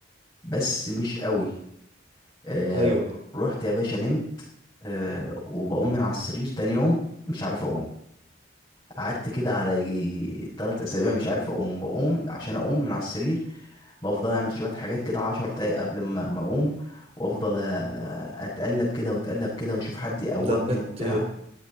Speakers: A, on the left; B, on the right.
A: بس مش قوي آه
B: ايوه
A: رحت يا باشا نمت آه وبقوم من على السرير تاني يوم مش عارف اقوم قعدت كده على يجي تلات اسابيع مش عارف اقوم بقوم عشان اقوم من على السرير بفضل اعمل شوية حاجات كده عشر دقايق قبل ما ما اقوم وافضل آه، اتقلب كده واتقلب كده واشوف حد يقومني
B: ده كانت
A: وبتاع